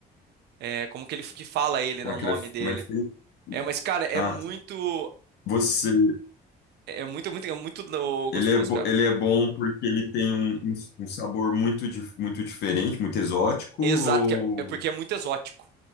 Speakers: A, on the right; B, on the left.
A: é, como que ele que fala ele,
B: Como
A: né, o
B: é que
A: nome
B: ele é,
A: dele.
B: como é feito?
A: É, mas cara, é
B: Ah,
A: muito,
B: tá. Você,
A: é muito, é muito, é muito no- gostoso,
B: ele é, bo-
A: cara.
B: ele é bom porque ele tem um, um um sabor muito, dif- muito diferente, muito exótico,
A: Exato,
B: ou...
A: que é, é porque é muito exótico.